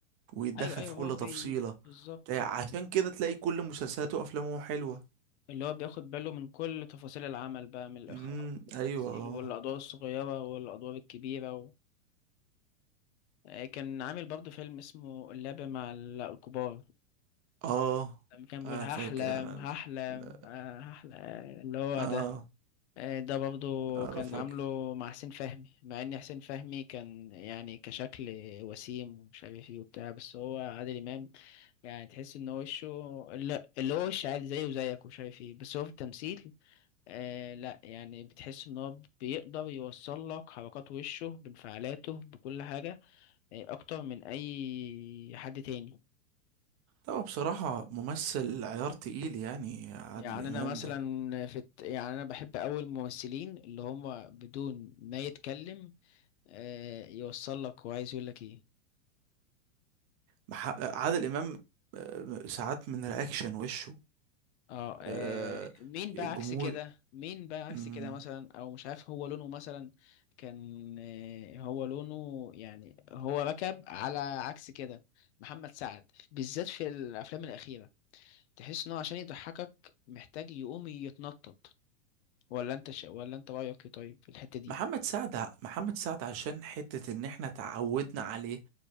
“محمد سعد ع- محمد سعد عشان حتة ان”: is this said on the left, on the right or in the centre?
Right